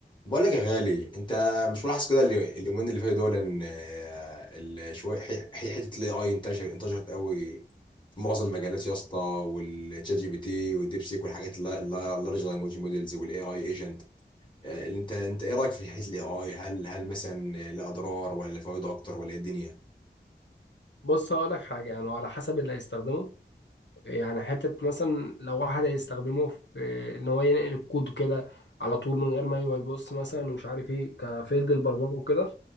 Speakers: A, on the left (about 25°); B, on the left (about 80°).
A: بقول لك يا غالي انت مش ملاحظ كده اللي- اليومين اللي فاتوا دول ان آه، ال- شويه حي- حي- حته الاي اي انتشر انتشرت قوي في معظم المجالات يا اسطى والتشات جي بي تي والديب سيك والحاجات اللارج لانجوج موديلز والاي اي ايجنت انت انت ايه رايك في حته الاي اي هل هل مثلا له اضرار ولا فوائده اكتر ولا ايه الدنيا
B: بص هقول لك حاجة يعني على حسب اللي هيستخدمه يعني حتة مثلا لو واحد هيستخدمه في إن هو ينقل الكود كده على طول من غير ما يبص مثلا ومش عارف إيه كفيلد البرمجة وكده